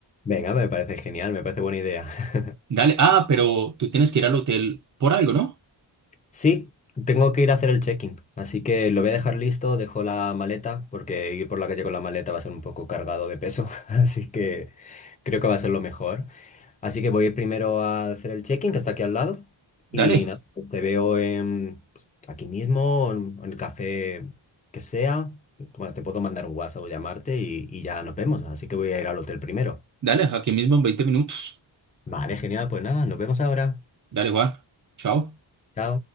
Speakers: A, on the left (about 15°); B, on the right (about 40°).
A: Venga, me parece genial, me parece buena idea. <laughs>
B: Dale, ah, pero tú tienes que ir al hotel por algo, ¿no?
A: Sí, tengo que ir a hacer el check-in, así que lo voy a dejar listo, dejo la maleta, porque ir por la calle con la maleta va a ser un poco cargado de peso, <laughs> así que creo que va a ser lo mejor. Así que voy a ir primero a hacer el check-in, que está aquí al lado.
B: Dale,
A: Y nada, pues te veo en, pues, aquí mismo, en, en el café que sea. Bueno, te puedo mandar un WhatsApp o llamarte y, y ya nos vemos. Así que voy a ir al hotel primero.
B: dale, aquí mismo en 20 minutos.
A: Vale, genial. Pues nada, nos vemos ahora.
B: Dale, Juan, chao.
A: Chao.